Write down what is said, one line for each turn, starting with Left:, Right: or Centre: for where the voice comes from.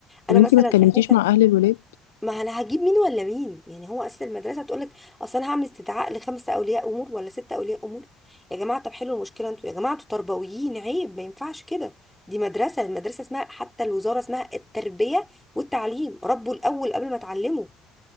Centre: انا
Left: طب انتي
Centre: مثلا
Left: ما اتكلمتيش
Centre: اساسا
Left: مع اهل الولاد
Centre: ما انا هجيب مين ولا مين يعني هو اساسا المدرسه تقول لك اصل انا هعمل استدعاء لخمسه اولياء امور ولا سته اولياء امور يا جماعه طب حلوا المشكله انتوا يا جماعه انتوا تربويين عيب ما ينفعش كده دي مدرسه المدرسه اسمها حتى الوزاره اسمها التربيه والتعليم ربوا الاول قبل ما تعلموا